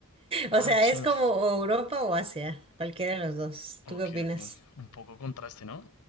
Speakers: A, on the left; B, on the right.
A: Ah,
B: O sea,
A: China.
B: es como o Europa o Asia, cualquiera de los dos.
A: Ok,
B: ¿Tú qué opinas?
A: ok. Un poco contraste, ¿no?